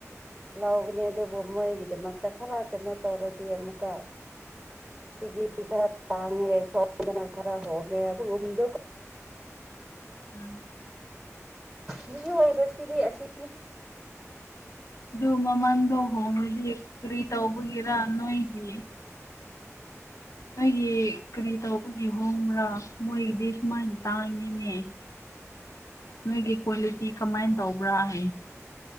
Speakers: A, in the centre; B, on the left (about 75°).
A: ꯂꯥꯎꯒꯅꯦ ꯑꯗꯨꯕꯨ ꯃꯣꯏꯒꯤꯗꯃꯛꯇ ꯈꯔ ꯀꯩꯅꯣ ꯇꯧꯔꯗꯤ ꯑꯃꯨꯛꯀ ꯁꯤꯗꯤ ꯈꯔꯥ ꯇꯥꯡꯉꯦ꯫ ꯁꯣꯔꯠ꯭ ꯀꯗꯅ ꯈꯔ ꯍꯧꯒꯕꯕꯨ ꯍꯗꯣ
B: ꯎꯝ
A: ꯃꯤ ꯑꯣꯏꯕꯁꯤꯗꯤ ꯑꯁꯤꯅꯤ
B: ꯑꯗꯨ ꯃꯃꯟꯗꯣ ꯍꯣꯡꯉꯗꯤ ꯀꯔꯤ ꯇꯧꯕꯒꯤꯔ ꯅꯣꯏꯒꯤ ꯅꯣꯏꯒꯤ ꯀꯔꯤ ꯇꯧꯕꯒꯤ ꯍꯣꯡꯕ꯭ꯔꯥ ꯃꯣꯏꯒꯤꯗꯤ ꯁꯨꯃꯥꯏꯅ ꯇꯥꯡꯉꯤꯅꯦ ꯅꯣꯏꯒꯤ ꯀ꯭ꯋꯥꯂꯤꯇꯤ ꯀꯃꯥꯏꯅ ꯇꯧꯕ꯭ꯔꯥ ꯍꯥꯏꯌꯦ